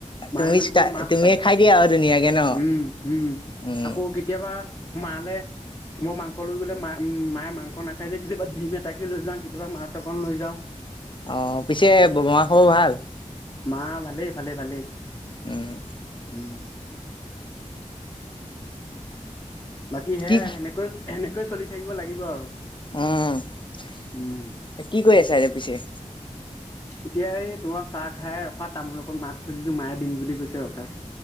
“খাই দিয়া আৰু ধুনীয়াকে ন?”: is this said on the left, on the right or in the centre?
Left